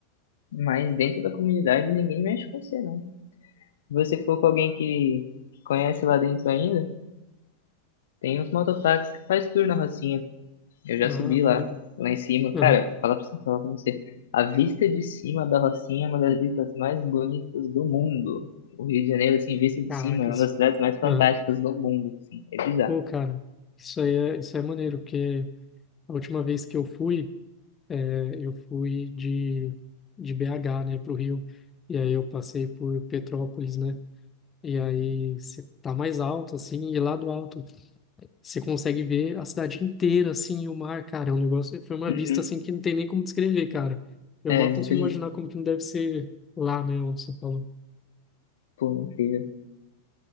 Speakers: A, on the left (about 60°); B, on the left (about 20°).
A: Mas dentro da comunidade ninguém mexe com você, não. Se você for com alguém que conhece lá dentro ainda, tem uns mototáxis que faz tour na Rocinha. Eu já
B: Ah,
A: subi
B: maneiro.
A: lá, lá em cima. Cara,
B: Aham.
A: falar pra você, falar pra você. A vista de cima da Rocinha é uma das vistas mais bonitas do mundo. O Rio de Janeiro, assim, visto de
B: Caracas.
A: cima, é uma das cidades mais fantásticas
B: Ah.
A: do mundo. Assim, é bizarro.
B: Pô, cara, isso aí é, isso aí é maneiro, porque a última vez que eu fui. eu fui de, de BH, né, para o Rio, e aí eu passei por Petrópolis, né, e aí você tá mais alto, assim, e lá do alto você consegue ver a cidade inteira, assim, e o mar, cara, é um negócio, foi uma
A: Uhum.
B: vista, assim, que não tem nem como descrever, cara. Eu
A: É,
B: mal
A: muito
B: consigo
A: lindo.
B: imaginar como que não deve ser lá, né, onde você falou.
A: Pô, incrível.